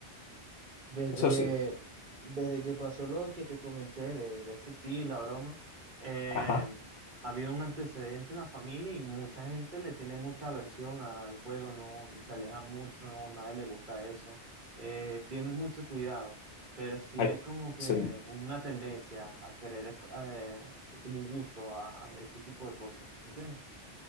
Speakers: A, on the right (about 45°); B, on the left (about 80°).
A: Desde,
B: Eso sí,
A: desde que pasó lo que te comenté de, de ese tío y la broma, eh,
B: ajá,
A: ha habido un antecedente en la familia y mucha gente le tiene mucha aversión al juego, no se aleja mucho, no, nadie le gusta eso, eh, tienen mucho cuidado, pero sí
B: hay,
A: hay como que
B: sí,
A: una tendencia a querer, eh, como un gusto a, a ese tipo de cosas, ¿entiendes?